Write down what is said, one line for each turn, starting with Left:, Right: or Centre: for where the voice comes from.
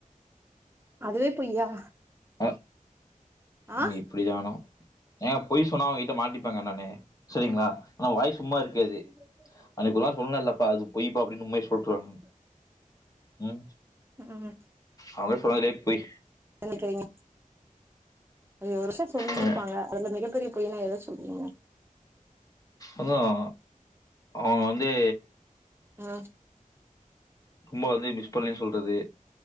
Right: அதுவே பொய்யா
Left: ஆ
Right: ஆ
Left: நீ இப்படிதானோ ஏங்க பொய் சொன்னா அவுங்க கிட்ட மாட்டிப்பங்க நானு சரிங்ளா ஆனா வாயு சும்மா இருக்காது அன்னைக்கு ஒரு நாள் சொன்னல்லப்பா அது பொய்ப்பா அப்டின்னு உண்மைய சொல்ட்றானு ம்
Right: ம்
Left: அவுங்க சொன்னதுலயே பொய்
Right: நினைக்கறீங்க அது ஒரு விஷ்யோ சொல்லிருப்பாங்க
Left: அ
Right: அதுல மிக மிகப்பெரிய பொய்னா எத சொல்றீங்க
Left: அதான் அவங்க வந்து
Right: ஆ
Left: ரொம்ப வந்து மிஸ் பண்றேன்னு சொல்றது